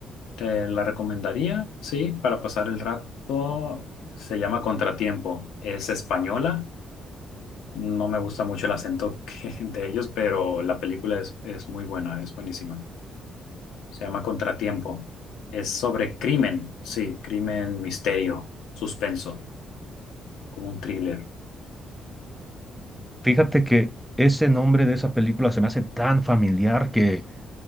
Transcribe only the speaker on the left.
Te la recomendaría, sí, para pasar el rato. Se llama Contratiempo, es española. No me gusta mucho el acento que- <laughs> de ellos, pero la película es, es muy buena, es buenísima. Se llama Contratiempo. Es sobre crimen, sí, crimen, misterio, suspenso, como un thriller.